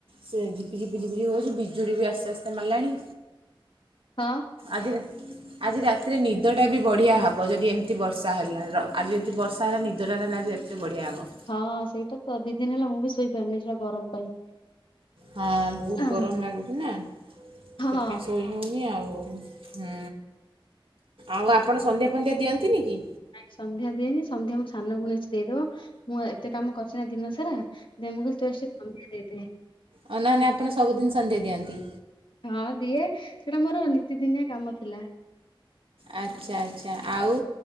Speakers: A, on the right (about 75°); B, on the left (about 65°).
A: ସେ ଝିପିଝିପି ଝିପିଝିପି ହେଉଛି ବିଜୁଳି ବି ଆସ୍ତେ ଆସ୍ତେ ମାରିଲାଣି।
B: ହଁ।
A: ଆଜିରେ। ଆଜି ରାତିରେ ନିଦଟା ବି ବଢ଼ିଆ ହବ ଯଦି ଏମିତି ବର୍ଷା ହେଲା ଆଜି ଯଦି ବର୍ଷା ହେଲା ନିଦଟା ତାହଲେ ଆଜି ରା ସେଥିରେ ବଢ଼ିଆ ହବ।
B: ହଁ ସେଇଟା ତ ଦି ଦିନି ହେଲା ମୁଁ ବି ଶୋଇପାରିନି ସେଇଟା ଗରମ ପାଇଁ।
A: ହଁ ବହୁତ
B: ହଁ
A: ଗରମ ଲାଗୁଛି ନା ସେଥିପାଇଁ
B: ହଁ
A: ସୋଇ ହଉନି ଆଉ ହଁ ଆଉ ଆପଣ ସନ୍ଧ୍ୟା ଫନ୍ଧ୍ୟା ଦିଅନ୍ତିନି କି?
B: ନାଇଁ ସନ୍ଧ୍ୟା ଦିଏନି ସନ୍ଧ୍ୟା ମୋ ସାନ ଭଉଣୀ ଅଛି ଦେଇଦବ ମୁଁ ଏତେ କାମ କରିଛି ନା ଦିନ ସାରା। ନାଇଁ ମୁଁ କହିଲି ତୁ ଆଜି ସେ ସନ୍ଧ୍ୟା ଦେଇଦେ।
A: ହ ନହେନେ ନାଇଁ ଆପଣ ସବୁଦିନ ସନ୍ଧ୍ୟା ଦିଅନ୍ତି?
B: ହଁ ଦିଏ ସେଟା ମୋର ନିୀତିଦିନିଆ କାମ ଥିଲା।
A: ଆଚ୍ଛା ଆଚ୍ଛା ଆଉ